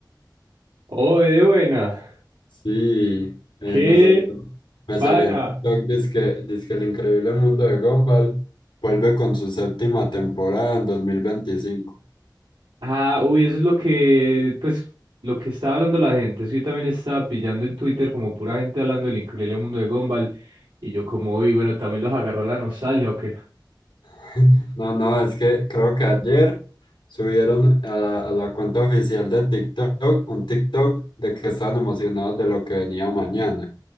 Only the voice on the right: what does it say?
¡Oh, de buena!
¡Qué
pana!
Ah, uy, eso es lo que, pues, lo que estaba hablando la gente. Eso yo también estaba pillando en Twitter como pura gente hablando del increíble mundo de Gumball. Y yo como, uy, bueno, también los agarró la nostalgia, ¿o qué?